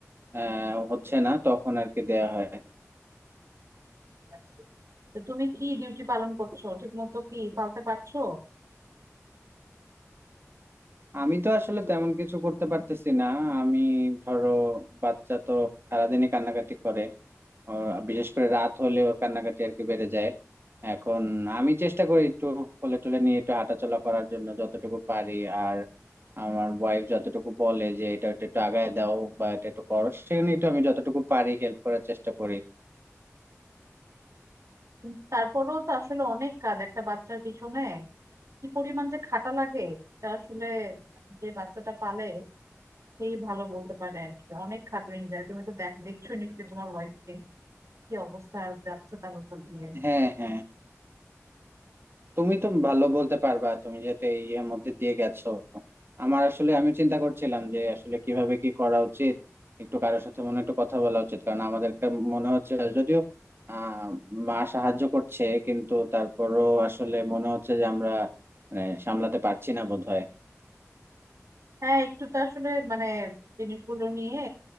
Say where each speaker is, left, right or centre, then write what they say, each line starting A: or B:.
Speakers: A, on the right; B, on the right.
A: আহ হচ্ছে না তখন আর কি দেয়া হয়
B: আচ্ছা। তো তুমি কি ডিউটি পালন করছো ঠিক মতো কি পালতে পারছো
A: আমি তো আসলে তেমন কিছু করতে পারতেছি না আমি ধরো বাচ্চা তো সারাদিনই কান্নাকাটি করে ওর বিশেষ করে রাত হলে ওর কান্নাকাটি আর কি বেড়ে যায় এখন আমি চেষ্টা করি একটু কোলে টোলে নিয়ে একটু হাঁটাচলা করার জন্য যতটুকু পারি আর আমার ওয়াইফ যতটুকু বলে যে এটা একটু একটু আগায় দাও বা এটা একটু করো সেখানে একটু আমি যতটুকু পারি হেল্প করার চেষ্টা করি
B: কিন্তু তারপরেও তো আসলে অনেক কাজ একটা বাচ্চার পিছনে কি পরিমাণ যে খাটা লাগে তা আসলে যে বাচ্চাটা পালে সেই ভালো বলতে পারে আর কি অনেক খাটুনি যায় তুমি তো দেখ দেখছো নিশ্চয়ই তোমার ওয়াইফকে কি অবস্থা আর যাচ্ছে তার উপর দিয়ে
A: হ্যাঁ হ্যাঁ তুমি তো ভালো বলতে পারবা তুমি যেহেতু এই এর মধ্যে দিয়ে গেছো আমার আসলে আমি চিন্তা করছিলাম যে আসলে কিভাবে কি করা উচিত একটু কারোর সাথে মনে হয় একটু কথা বলা উচিত কারণ আমাদেরকে মনে হচ্ছে যদিও আহ মা সাহায্য করছে কিন্তু তারপরও আসলে মনে হচ্ছে যে আমরা মানে সামলাতে পারছি না বোধহয়
B: হ্যাঁ একটু তো আসলে মানে জিনিসগুলো নিয়ে